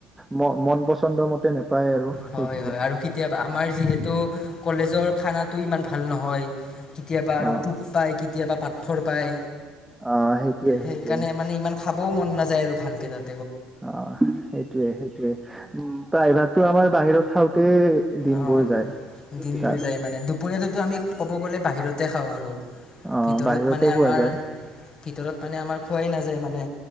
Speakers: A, in the centre; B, on the left.
A: ম মন পচন্দ মতে। নেপায় আৰু
B: হয়
A: সেইটোৱে
B: হয় আৰু কেতিয়াবা আমাৰ যিহেতু কলেজৰ খানাত। টো ইমান ভাল নহয় কেতিয়াবা আৰু
A: অ
B: পোক পাই কেতিয়াবা পাথৰ। পাথৰ পাই
A: অ সেইটোৱে
B: সেইকাৰণে
A: সেইটোৱে
B: মানে ইমান খাবও মন নাযায় আৰু ভালকৈ তাত।
A: অ সেইটোয়ে সেইটোয়ে প্ৰায়ভাগতটো আমাৰ বাহিৰত খাওঁতে। দিনবোৰ
B: অ
A: যায়
B: দিনবোৰ
A: তাৰ
B: যায় মানে দুপৰীয়াটোতো আমি ক'ব গ'লে বাহিৰতে খাওঁ আৰু।
A: অ'
B: ভিতৰত
A: বাহিৰতে
B: মানে আমাৰ
A: খোৱা যায়
B: ভিতৰত মানে আমাৰ খোৱাই নাযায় মানে।